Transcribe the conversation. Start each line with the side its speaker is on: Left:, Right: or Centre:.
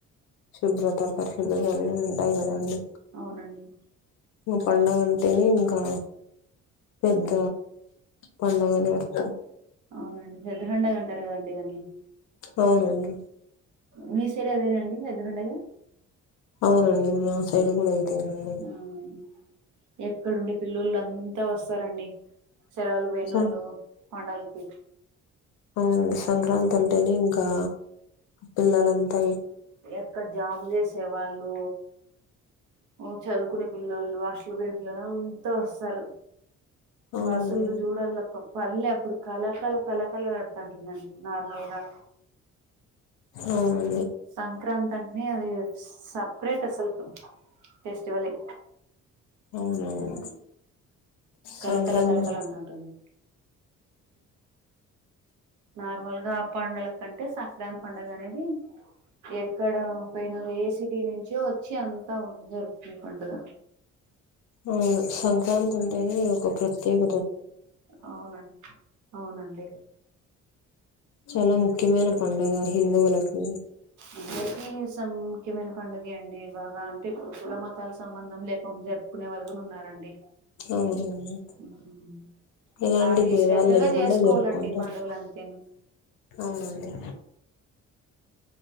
Left: శుభ్రత పరిస్థితులు అన్నీ ఉంటాయ్ కదండి
Right: అవునండి
Left: ఉమ్ పండగ అంటేనే ఇంకా పెద్ద పండగ అని అర్థం
Right: అవునండి పెద్ద పండగ అంటారు కదండి దాన్ని
Left: అవునండి
Right: మీ సైడ్ అదేనా అండి పెద్ద పండగ
Left: అవునండి మా సైడ్ కూడా ఇదేనండి
Right: అవునండి ఎక్కడుండే పిల్లలు అంతా వస్తారండి సెలవులుకు పోయినోళ్ళు
Left: స
Right: పండగలకి
Left: అవునుండి సంక్రాంతి అంటేనే ఇంకా పిల్లల అంతా
Right: ఎక్కడ జాబ్ చేసే వాళ్ళు ఓ చదువుకునే పిల్లోల్లు హాస్టల్ పోయిన పిలగాన్లు అంతా వస్తారు
Left: అవునండి
Right: బస్సులు చూడాలక్క పల్లె అప్పుడు కళకల కళకళ ఆడుతునై నండీ నార్మల్గా
Left: అవును
Right: సంక్రాంతి అంటేనే అది సప్రేట్ అసలుకు ఫెస్టివలే
Left: అవునవును
Right: కళ
Left: సంక్రాంతి
Right: కళ కళ కళ అంటుంటుంది నార్మల్గా ఆ పండు ఏంటంటే సంక్రాంతి పండగ అనేది ఎక్కడ పోయిన ఏ సిటీ నుంచో వచ్చి అంతా ఉంది జరుపుకునే పండగ
Left: అవును సంక్రాంతి అంటేనే ఒక ప్రత్యేక
Right: అవునండి అవునండి
Left: చాలా ముఖ్యమైన పండుగ హిందువులకి
Right: అందరికీ సన్ ముఖ్యమైన పండుగే అండి బాగా అంటే ఇప్పుడు కుల మతాలు సంబంధం లేకుండా జరు పుకునే వాళ్లు కూడ ఉన్నారండి
Left: అవునండి
Right: మ్
Left: ఎలాంటి
Right: అది
Left: భేదాలు
Right: శ్రద్ధగా
Left: లేకుండా
Right: చేసుకోవాలండి
Left: జరుపుకుంటారు
Right: పండుగలు అంటేను
Left: అవునండి